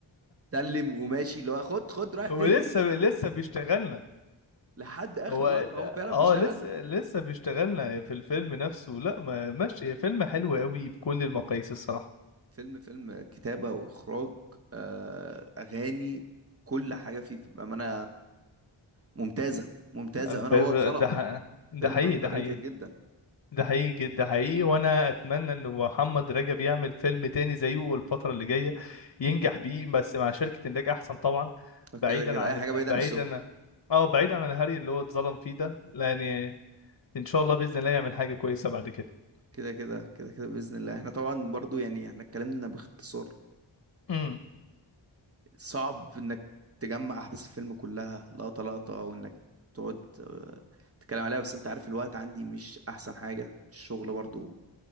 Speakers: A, on the right; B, on the left.
A: سلم وماشي اللي هو خد خد رايح فين
B: ولسه لسه بيشتغلنا
A: <laughs> لحد اخر
B: هو
A: لقطه هو فعلا
B: اه
A: بيشتغل
B: لسه لسه بيشتغلنا في الفيلم نفسه لا ما ماشي فيلم حلو قوي بكل المقاييس الصراحه
A: فيلم فيلم كتابه واخراج آه اغاني كل حاجه فيه بامانه ممتازه ممتازه
B: ب...
A: انا هو
B: ب...
A: اتظلم
B: ده ح... ده
A: فيلم
B: حقيقي
A: اندر
B: ده حقيقي
A: ريتد جدا
B: ده حقيقي جد- ده حقيقي وانا اتمنى ان محمد رجب يعمل فيلم تاني زيه الفتره اللي جايه ينجح بيه بس مع شركه انتاج احسن طبعا بعيدا
A: كده كده
B: عن
A: اي
B: ال...
A: حاجه
B: بعيدا
A: بعيده عن السوق
B: اه بعيدا عن الهري اللي هو اتظلم فيه ده لان ان شاء الله باذن الله يعمل حاجه كويسه بعد
A: كده كده كده كده باذن الله احنا طبعا برضو يعني احنا اتكلمنا باختصار
B: كده
A: صعب انك تجمع احداث الفيلم كلها لقطة لقطة وانك تقعد آه، تتكلم عليها بس انت عارف الوقت عندي مش احسن حاجة الشغل برضو